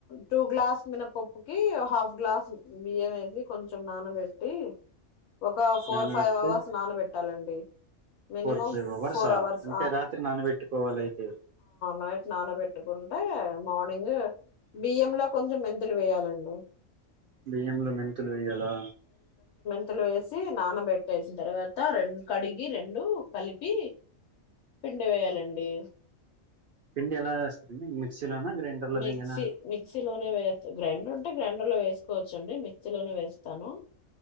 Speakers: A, on the left (about 65°); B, on the right (about 60°).
A: టూ గ్లాస్ మ ప హాఫ్ గ్లాస్ బియ్యం వేసి కొంచెం నానబెట్టి ఒక ఫోర్
B: నానబెడితే
A: ఫైవ్ అవర్స్ నానబెట్టాలండి మినిమం
B: ఫోర్ ఫైవ్ అవర్సా
A: ఫోర్ అవర్స్
B: అంటే రాత్రి నానబెట్టుకోవాలి అయితే
A: నైట్ నానబెట్టుకుంటే మార్నింగ్ బియ్యం లో కొంచెం ఎందులు వేయాలండి
B: బియ్యంలో మెంతులు వేయ్యలా
A: గలు వేసి నానబెట్టేసిన తర్వాత రెం కడిగి రెండు కలిపి పిండ వేయాలండి
B: పిడి ఎలా మిక్సీలోనా గ్రైండర్ లో
A: మిక్సీ
B: వయాల
A: మిక్సీలోనే వేస్త గ్రైండర్ ఉంటే గ్రైండర్ లో వేసుకోవచ్చండి మిక్సీలోనే వేస్తాను